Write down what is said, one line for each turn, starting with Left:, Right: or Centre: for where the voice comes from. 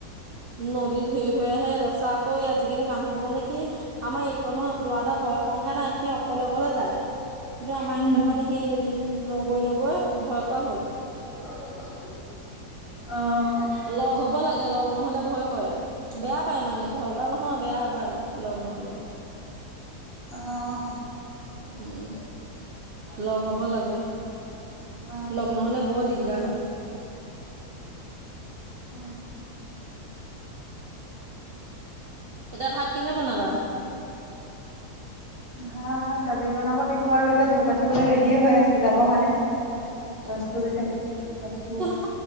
Right: নদীত হেৰি হৈ আহে। তাৰপিছত আ কৌ আজিকালি মানুহবোৰ মানে কি আমাৰ এই কনৰ ল'ৰা এটা ভয় সংকা নাই সি অকলে অকলে যায়। কিন্তু আমাৰ সিহঁতৰ
Left: উম,
Right: মানে সেই উম নগৈ নগৈ ভয় কৰা হ'ল।
Left: <unintelligible> অ'।
Right: লগ হ'ব লাগে, লগ নহ'লে ভয়- কৰে, বেয়া পায় মানে ভয় কৰা নহয় বেয়া পায় লগ নহ'লে।
Left: অঁ।
Right: উম, লগ হ'ব লাগে,
Left: অ',
Right: লগ নহ'লে বৰ দি দাৰ হয়।
Left: অ',
Right: এতিয়া ভাত কিহে বনাবা?
Left: ভাত দালি বনাব লাগিব, আৰু এতিয়া জোৰ কাটিবলৈ ৰেড ডী হৈ আছে যাব মানে। টৰ্চটো বিচাৰি ফুৰিছে। টৰ্চটো
Right: কোনন